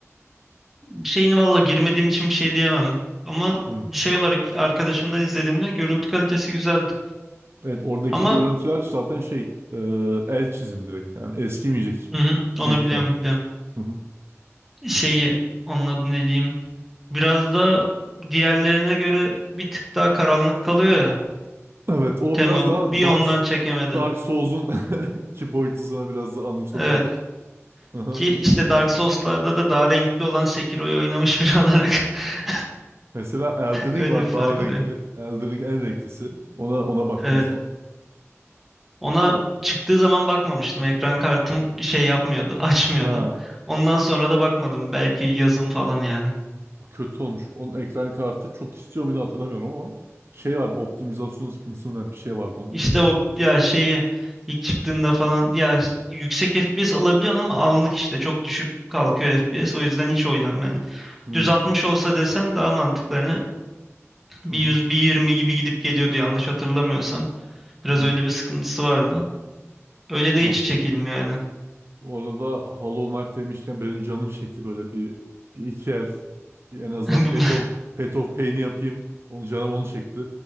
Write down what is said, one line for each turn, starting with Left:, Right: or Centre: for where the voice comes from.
Centre: Şeyin valla girmediğim için bir şey diyemem. Ama
Right: Hmm.
Centre: şey olarak arkadaşımdan izlediğimde görüntü kalitesi güzeldi.
Right: Evet oradaki
Centre: Ama
Right: görüntüler zaten şey eee, el çizim direkt. Yani eskimeyecek
Centre: hı hı, onu
Right: büyük ihtimal.
Centre: biliyorum, biliyorum.
Right: Hı hı.
Centre: Şeyi onun adını ne diyeyim. Biraz da diğerlerine göre bir tık daha karanlık kalıyor ya.
Right: Evet o
Centre: Tema
Right: biraz
Centre: bir
Right: daha Dark,
Centre: ondan çekemedi.
Right: Dark Souls'un <laughs> iki boyutusuna biraz da anımsatıyor.
Centre: Evet.
Right: Hı hı.
Centre: Ki işte Dark Souls'larda da daha renkli olan Sekiro'yu oynamış biri olarak <laughs>
Right: <laughs> Mesela Elden Ring
Centre: öyle
Right: var
Centre: bir fark
Right: daha renkli.
Centre: oluyor.
Right: Elden Ring en renklisi. Ona ona baktınız
Centre: Evet.
Right: mı?
Centre: Ona çıktığı zaman bakmamıştım. Ekran kartım şey yapmıyordu, <laughs> açmıyordu.
Right: Ha.
Centre: Ondan sonra da bakmadım. Belki yazın falan yani.
Right: O kötü olmuş. Onun ekran kartı çok istiyor muydu hatırlamıyorum ama şey vardı optimizasyon sıkıntısı mı ne bir şey vardı onda.
Centre: İşte o ya şeyi ilk çıktığında falan ya yüksek FPS alabiliyorsun ama anlık işte çok düşüp kalkıyor FPS. O yüzden hiç oynamam yani.
Right: Hmm.
Centre: Düz 60 olsa desen daha mantıklı. Hani bir
Right: Hı hı.
Centre: 100 bir 20 gibi gidip geliyordu yanlış hatırlamıyorsam. Biraz
Right: Hı.
Centre: öyle bir sıkıntısı vardı. Öyle de
Right: Tamam.
Centre: hiç çekilmiyor yani.
Right: Bu arada Hollow Knight demişken benim canım çekti böyle bir, bir iki el. Bir en azından
Centre: <laughs>
Right: Path
Centre: Bu-
Right: of, Path of Pain'i yapayım. Onun, canım onu çekti.